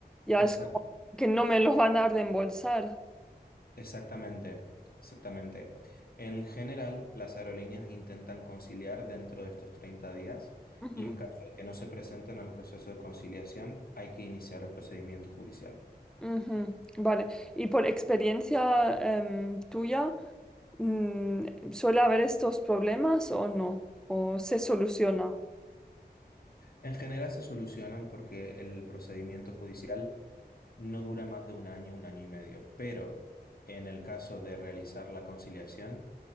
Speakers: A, in the centre; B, on the left.
A: ya
B: Esa-
A: es como que no me lo van a reembolsar.
B: Exactamente, exactamente. En general, las aerolíneas intentan conciliar dentro de estos 30 días
A: Ujú,
B: y en caso de que no se presenten al proceso de conciliación, hay que iniciar el procedimiento judicial.
A: ujú. Vale. Y por experiencia em, tuya, mm, ¿suele haber estos problemas o no? ¿O se soluciona?
B: En general se solucionan porque el procedimiento judicial no dura más de un año, un año y medio, pero en el caso de realizar la conciliación,